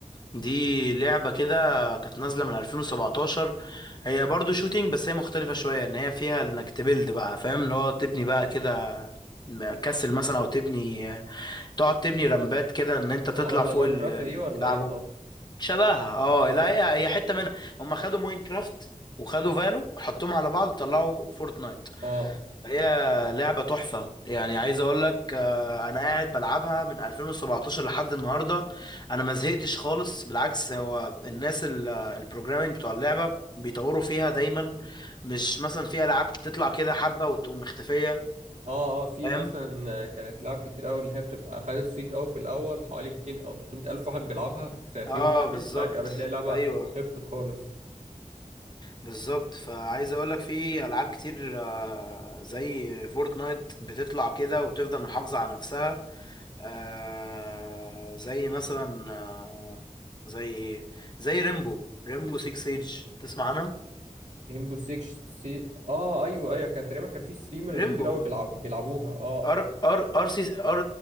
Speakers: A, on the left; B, on the right.
A: دي لعبة كده كانت نازلة من 2017 هي برضو شوتينج بس هي مختلفة شوية إن هي فيها إنك تبيلد بقى فاهم اللي هو تبني بقى كده كاسل مثلا أو تبني تقعد تبني رمبات كده ان انت تطلع
B: يعني عاملة زي
A: فوق
B: ماينكرافت
A: ال- اللي
B: دي ولا
A: بتلعبهم
B: ايه طب؟
A: شبهها اه لا هي هي حته منها هم خدوا ماينكرافت وخدوا فالو حطوهم على بعض طلعوا فورتنايت
B: اه
A: هي لعبه تحفه يعني عايز اقول لك آه، انا قاعد بلعبها من 2017 لحد النهارده انا ما زهقتش خالص بالعكس هو الناس ال- آه، البروجرامينج بتوع اللعبه بيطوروا فيها دايما مش مثلا في العاب تطلع كده حبه وتقوم مختفيه
B: اه اه في
A: فاهم
B: مثلا كانت لعب كتير قوي اللي هي بتبقى خدت صيت قوي في الاول حوالي 200 او 300 الف واحد بيلعبها في في
A: اه
B: يوم واحد
A: بالظبط
B: فجأة بتلاقي اللعبة
A: ايوه
B: هبطت خالص
A: بالظبط فعايز اقولك في العاب كتير آه، زي فورتنايت بتطلع كده وبتفضل محافظة على نفسها آه، زي مثلا آه، زي ايه زي ريمبو ريمبو 6 سيج تسمع عنها
B: هيمبو 6 سي اه ايوه ايوه كان تقريبا كان في ستريمرز
A: ريمبو
B: كتير قوي بيلعب بيلعبوها اه
A: ار ار ار سي ار